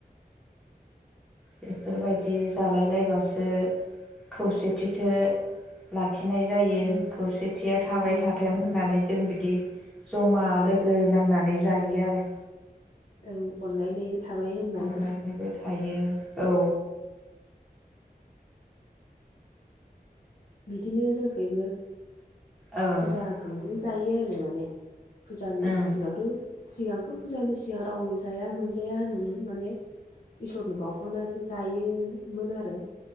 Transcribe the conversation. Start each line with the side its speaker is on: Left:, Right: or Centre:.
Centre: बेफोरबायदि जालाय लायबासो खौसेथिखो लाख खिनाय जायो
Left: उम
Centre: खौसेथिया थाबाय
Left: उम
Centre: थाथों होननानै जों बिदि जमा लोगो
Left: उम
Centre: नांनानै जायो आरो।
Left: औ अनलायनायबो थाबाय होनबा
Centre: अनलायनायबो
Left: ना।
Centre: थायो औ।
Left: बिदिनो जोंखैबो
Centre: औ ओं
Left: फुजा होखांदों जायो आरो माने। फुजानि
Centre: ओं
Left: सिगांथ' सिगांथ' फुजानि सिगां रावबो जाया मोनजाया होनोमोन माने इसोरनो बावखांनासो जायोमोन आरो